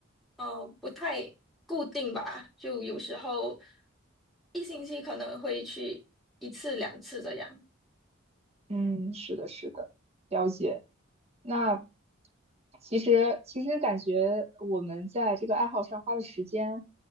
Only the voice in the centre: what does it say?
呃不太固定吧，就有时候一星期可能会去一次两次这样。